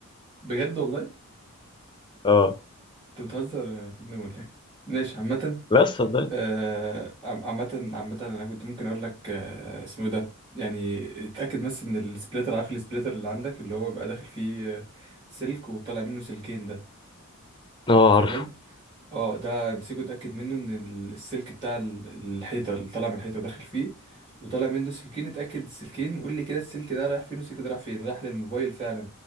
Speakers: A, on the right; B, on the left.
A: بجد والله
B: اه
A: انت بتهزر يا فندم ولا ايه ماشي عامه
B: لا صدقني
A: آه، عم- عامه عامه انا كنت ممكن اقول لك آه، اسمه إيه ده يعني اتاكد بس من السبليتر عارف السبليتر اللي عندك اللي هو بقى داخل فيه آه، سلك وطالع منه سلكين ده
B: اه
A: تمام
B: عارفه
A: اه ده امسكه اتاكد منه ان السلك بتاع ال- الحيطه اللي طالع من الحيطه داخل فيه وطالع منه سلكين اتاكد السلكين قول لي كده السلك ده رايح فين والسلك ده رايح فين راح للموبايل فعلا